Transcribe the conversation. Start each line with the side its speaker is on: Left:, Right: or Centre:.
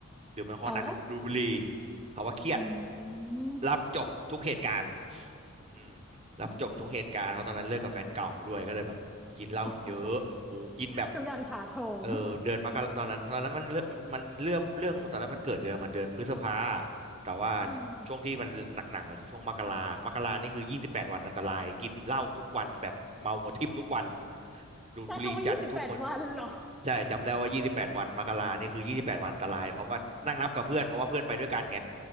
Right: ดื่มแอลกอฮอล์หนักดูดูดบุหรี่
Centre: โอ้
Right: ภาวะเครียด
Centre: อืม
Right: รับจบทุกเหตุการณ์อืมรับจบทุกเหตุการณ์เพราะตอนนั้นเลิกกับแฟนเก่าด้วยก็เลยแบบกินเหล้าเยอะโอ้กินแบบ
Centre: โอ้โหทุกอย่างถาโถม
Right: เออเดือนมกราตอนนั้นตอนนั้นมันเริ่มมันเรื่องเรื่องตอนนั้นมันเกิดเดือนมันเดือนพฤษภาแต่ว่า
Centre: เออ
Right: ช่วงที่มันหนักๆก็คือช่วงมกรามกรานี่คือยี่สิบแปดวันอันตรายกินเหล้าทุกวันแบบเมาหัวทิ่มทุกวันดูดบุหรี่จัดทุกวัน
Centre: แต่คำว่ายี่สิบแปดวันเหรอ
Right: ใช่จำได้ว่ายี่สิบแปดวันมกรานี่คือยี่สิบแปดวันอันตรายเพราะว่านั่งนับกับเพื่อนเพราะว่าเพื่อนไปด้วยกันไง